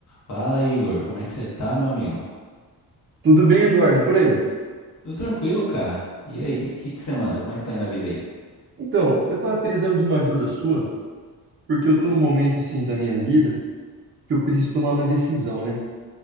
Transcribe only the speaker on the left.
Fala, Igor. Como é que você tá, meu amigo?
Tudo tranquilo, cara. E aí, o que, que, que você manda? Como é que tá indo a vida aí?